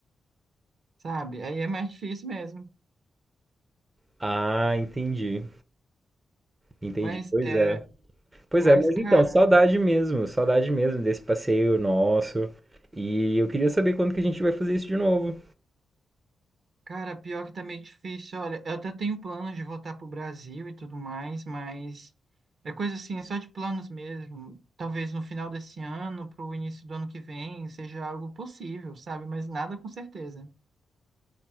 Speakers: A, on the right (about 60°); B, on the right (about 25°).
A: sabe? Aí é mais difícil mesmo.
B: Ah, entendi. Entendi.
A: Mas
B: Pois
A: é,
B: é. Pois
A: mas
B: é, mas
A: cara,
B: então, saudade mesmo, saudade mesmo desse passeio nosso. E eu queria saber quando que a gente vai fazer isso de novo.
A: cara, pior que tá meio difícil. Olha, eu até tenho planos de voltar pro Brasil e tudo mais, mas é coisa assim, só de planos mesmo. Talvez no final desse ano, pro início do ano que vem, seja algo possível, sabe? Mas nada com certeza.